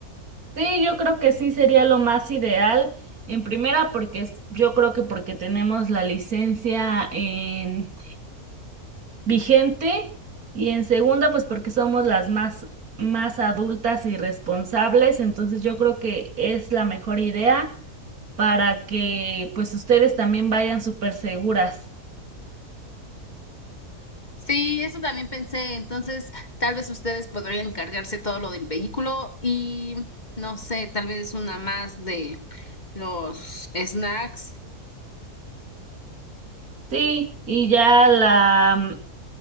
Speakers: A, on the right (about 70°); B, on the left (about 30°).
A: Sí, yo creo que sí sería lo más ideal. En primera, porque es- yo creo que porque tenemos la licencia en vigente y en segunda, pues porque somos las más más adultas y responsables. Entonces, yo creo que es la mejor idea para que pues ustedes también vayan súper seguras.
B: Sí, eso también pensé. Entonces, tal vez ustedes podrían encargarse todo lo del vehículo y no sé, tal vez una más de los snacks.
A: Sí, y ya la